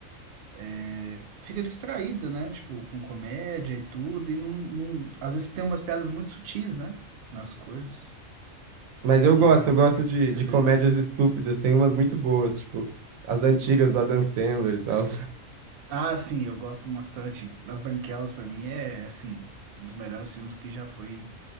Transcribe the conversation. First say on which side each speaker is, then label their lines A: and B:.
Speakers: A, on the right (about 65°); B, on the right (about 85°).
A: É, fica distraída, né? Tipo, com comédia e tudo, e não, não- às vezes tem umas piadas muito sutis, né? Nas coisas,
B: Mas eu
A: e
B: gosto,
A: a galera
B: eu
A: não
B: gosto
A: consegue
B: de,
A: perceber.
B: de comédias estúpidas, tem umas muito boas, tipo, as antigas do Adam Sandler e tal.
A: Ah, sim, eu gosto bastante. As Branquelas, pra mim, é, assim, um dos melhores filmes que já foi